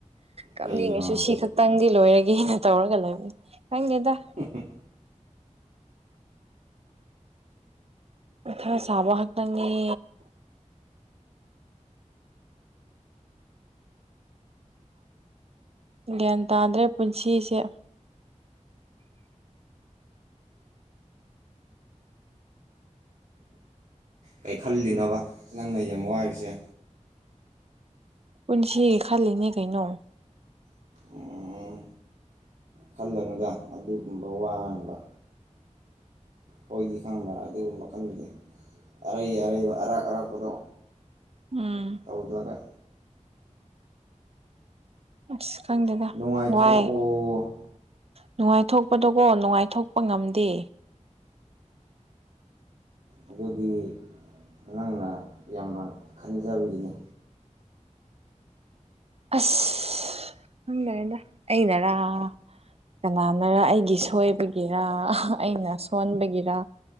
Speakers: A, on the right; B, on the right.
A: ꯀꯞꯅꯤꯡꯉꯁꯨ
B: ꯀꯩꯔꯣ
A: ꯁꯤ ꯈꯛꯇꯪꯗꯤ ꯂꯣꯏꯔꯒꯦꯅ ꯇꯧꯔꯒ ꯂꯩꯕꯅꯦ ꯈꯪꯗꯦꯗ
B: ꯍꯝ ꯍꯝ
A: ꯃꯊꯥ ꯁꯥꯕ ꯈꯛꯇꯪꯅꯤ ꯒ꯭ꯌꯥꯟ ꯇꯥꯗ꯭ꯔꯦ ꯄꯨꯟꯁꯤꯁꯦ
B: ꯀꯩ ꯈꯜꯂꯤꯅꯣꯕ ꯅꯪꯅ ꯌꯥꯝ ꯋꯥꯔꯤꯁꯦ
A: ꯄꯨꯟꯁꯤꯒꯤ ꯈꯜꯂꯤꯅꯦ ꯀꯩꯅꯣ
B: ꯑꯣ ꯈꯜꯂꯨꯅꯨꯗ ꯑꯗꯨꯒꯨꯝꯕ ꯋꯥꯅꯕ ꯑꯈꯣꯏꯗꯤ ꯈꯪꯕ꯭ꯔꯥ ꯑꯗꯨꯒꯨꯝꯕ ꯈꯟꯗꯦ ꯑꯔꯩ ꯑꯔꯩꯕ ꯑꯔꯥꯛ ꯑꯔꯥꯛꯄꯗꯣ
A: ꯎꯝ
B: ꯇꯧꯗꯔꯒ
A: ꯑꯁ ꯈꯪꯗꯦꯗ
B: ꯅꯨꯡꯉꯥꯏꯊꯣꯛꯑꯣ
A: ꯋꯥꯏ ꯅꯨꯡꯉꯥꯏꯊꯣꯛꯄꯗꯣꯀꯣ ꯅꯨꯡꯉꯥꯏꯊꯣꯛꯄ ꯉꯝꯗꯦ
B: ꯑꯗꯨꯗꯤ ꯅꯪꯅ ꯌꯥꯝꯅ ꯈꯟꯖꯕꯒꯤꯅꯤ
A: ꯑꯁ ꯈꯪꯗꯦꯗ ꯑꯩꯅꯔꯥ ꯀꯅꯥꯅꯔ ꯑꯩꯒꯤ ꯁꯣꯏꯕꯒꯤꯔ ꯑꯩꯅ ꯁꯣꯟꯕꯒꯤꯔ